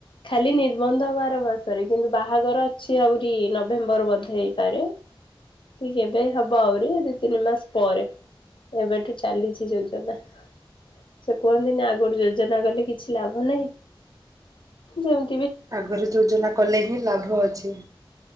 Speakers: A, on the left; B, on the right.
A: ଖାଲି ନିର୍ବନ୍ଧ ହବ ଆରମାସରେ କିନ୍ତୁ ବାହାଘର ଅଛି ଆହୁରି ନଭେମ୍ବର ବଧେ ହେଇପାରେ କି କେବେ ହବ ଆହୁରି ଦି ତିନି ମାସ ପରେ ଏବେଠୁ ଚାଲିଛି ଯୋଜନା ସେ କୁହନ୍ତିନି ଯୋଜନା କଲେ କିଛି ଲାଭ ନାହିଁ ଯାହା-
B: ଆଗରୁ ଯୋଜନା କଲେ ହିଁ ଲାଭଅଛି।